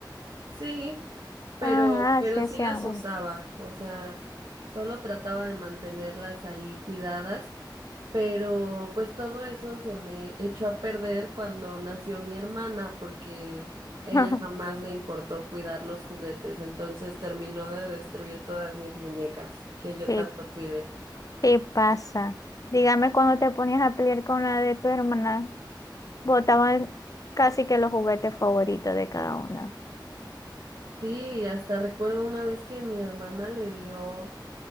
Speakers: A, on the right; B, on the left.
A: Sí, pero,
B: Ajá,
A: pero
B: sí hacían,
A: sí las
B: bueno.
A: usaba, o sea, solo trataba de mantenerlas ahí cuidadas Pero pues todo eso se me echó a perder cuando nació mi hermana porque
B: <laughs>
A: ella jamás le importó cuidar los juguetes, entonces terminó de destruir todas mis muñecas que yo
B: Sí,
A: tanto cuidé.
B: sí pasa. Dígame cuando te ponías a pelear con la de tu hermana, botaban casi que los juguetes favoritos de cada una.
A: Sí, hasta recuerdo una vez que mi hermana le dio